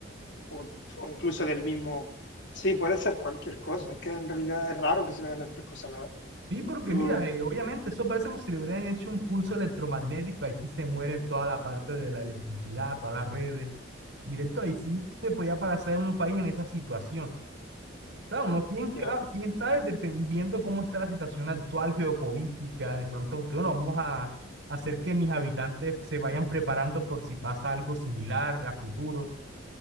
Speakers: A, on the left; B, on the right.
A: o, o incluso del mismo. Sí, puede ser cualquier cosa, es que en realidad es raro que se vayan las tres cosas a la vez.
B: Sí, porque
A: Pero
B: mira, eh, obviamente eso parece como si le hubieran hecho un pulso electromagnético, ahí sí se muere toda la parte de la electricidad, todas las redes, directo ahí sí te podía parecer un país en esa situación. Claro, no, quién, ca-
A: ya,
B: quién sabe, dependiendo cómo está la situación actual geopolítica, de pronto, aunque bueno, vamos a hacer que mis habitantes se vayan preparando por si pasa algo similar a futuro,